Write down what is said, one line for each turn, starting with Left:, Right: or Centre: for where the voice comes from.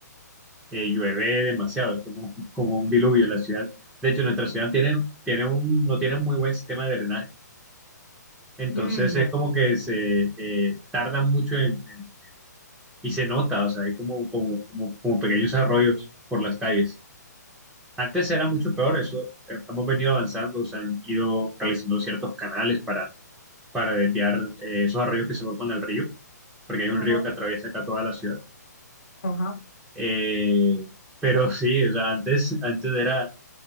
Centre: eh, llueve demasiado, es como, como un diluvio en la ciudad. De hecho, nuestra ciudad tiene, tiene un, no tiene un muy buen sistema de drenaje, entonces
Left: mm,
Centre: es
Left: ya.
Centre: como que se eh, tardan mucho en, en- y se nota, o sea, hay como, como, como, como pequeños arroyos por las calles. Antes era mucho peor eso, eh, hemos venido avanzando, o sea, han ido realizando ciertos canales para, para desviar eh, esos arroyos que se forman al río, porque hay un
Left: Ajá,
Centre: río que atraviesa acá toda la ciudad
Left: ajá.
Centre: Eh, pero sí, o sea, antes, antes era,